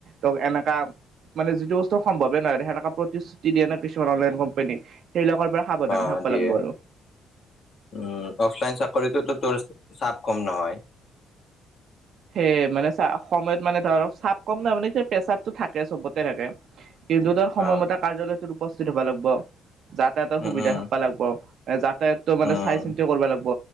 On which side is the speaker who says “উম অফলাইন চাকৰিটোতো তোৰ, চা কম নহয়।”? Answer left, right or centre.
Left